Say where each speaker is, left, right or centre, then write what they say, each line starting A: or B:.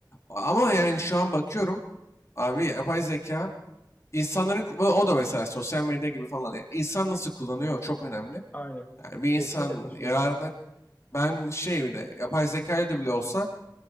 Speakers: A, on the left; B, on the left.
A: Ama yani şu an bakıyorum abi yapay zeka insanların ku- o da mesela sosyal medya gibi falan yani insan nasıl kullanıyor çok önemli.
B: aynen.
A: Yani bir
B: Kesinlikle
A: insan
B: katılıyorum.
A: yararına ben şey bir de yapay zeka ile de bile olsa